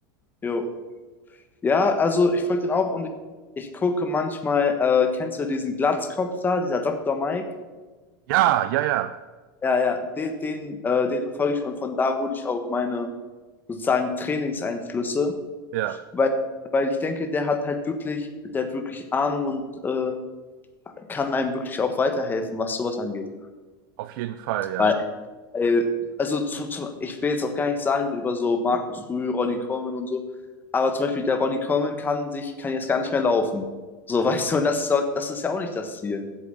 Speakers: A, on the left (about 15°); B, on the right (about 65°).
A: jo. Ja, also ich folge den auch und ich, ich gucke manchmal, äh, kennst du diesen Glatzkopf da, dieser Doktor Mike?
B: Ja, ja, ja,
A: Ja, ja, den, den, äh, den verfolge ich und von da hole ich auch meine sozusagen Trainingseinflüsse,
B: ja,
A: weil, weil ich denke, der hat halt wirklich, der hat wirklich Ahnung und äh, kann einem wirklich auch weiterhelfen, was sowas angeht.
B: auf jeden Fall, ja.
A: Weil, weil also zu, zu, ich will jetzt auch gar nicht sagen über so Markus Rühl, Ronny Coleman und so, aber zum Beispiel der Ronny Coleman kann sich, kann jetzt gar nicht mehr laufen. So, <laughs> weißt du, und das ist, das ist ja auch nicht das Ziel.